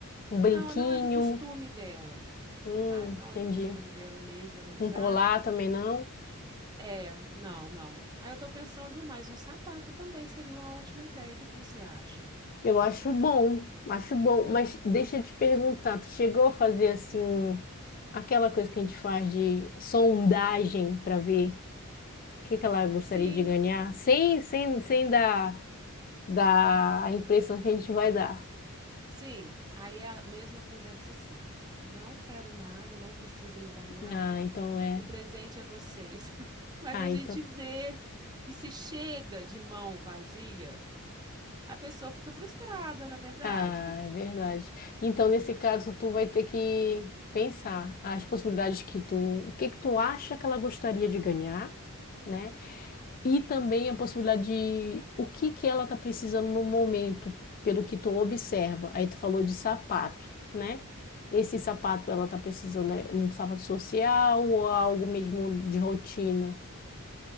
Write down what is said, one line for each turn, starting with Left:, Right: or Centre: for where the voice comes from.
Left: Um brinquinho?
Right: Não, não é do costume dela,
Left: Hum,
Right: sabe? Não
Left: entendi.
Right: é do costume dela mesmo ela usar.
Left: Um colar também não?
Right: É, não, não. Aí eu estou pensando, mas um sapato também seria uma ótima ideia. O que que você acha?
Left: Eu acho bom, acho bom. Mas deixa eu te perguntar, tu chegou a fazer assim... um- Aquela coisa que a gente faz de sondagem para ver o que que ela gostaria
Right: Sim,
Left: de ganhar, sem, sem, sem dar, dar a impressão que a gente vai dar.
Right: Sim, aí é a mesma conversa sempre. Não quero nada, não precisa me dar nada,
Left: Ah, então é.
Right: o presente é vocês. <laughs> Mas
Left: Ah,
Right: a gente
Left: então.
Right: vê que se chega de mão vazia, a pessoa fica frustrada, na verdade?
Left: Ah, é verdade. Então, nesse caso, tu vai ter que pensar as possibilidades que tu, o que que tu acha que ela gostaria de ganhar, né? e também a possibilidade de o que que ela está precisando no momento, pelo que tu observa. Aí tu falou de sapato, né? Esse sapato ela está precisando é um sapato social ou algo mesmo de rotina?